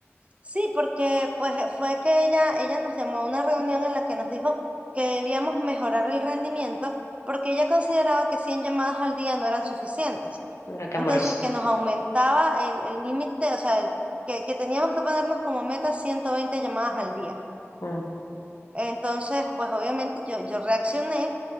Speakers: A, on the right; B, on the left.
A: Sí, porque pues eh, fue que ella, ella nos llamó a una reunión en la que nos dijo que debíamos mejorar el rendimiento porque ella consideraba que 100 llamadas al día no eran suficientes.
B: Mira qué
A: Entonces,
B: amoroso.
A: que nos aumentaba el el límite, o sea, el- que, que teníamos que ponernos como meta 120 llamadas al día.
B: Mm.
A: Entonces, pues obviamente yo, yo reaccioné